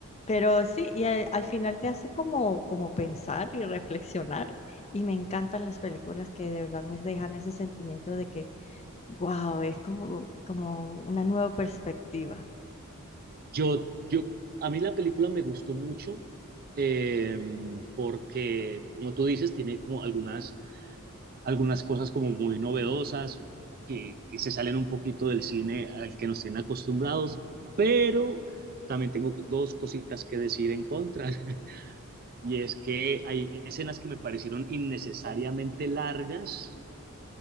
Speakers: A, on the left; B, on the right.
A: pero sí, y al, al final te hace como, como pensar y reflexionar. Y me encantan las películas que de verdad me dejan ese sentimiento de que, wow, es como, como una nueva perspectiva.
B: Yo, yo, a mí la película me gustó mucho eh, porque, como tú dices, tiene como algunas, algunas cosas como muy novedosas que, que se salen un poquito del cine al que nos tienen acostumbrados, pero también tengo dos cositas que decir en contra <laughs> y es que hay escenas que me parecieron innecesariamente largas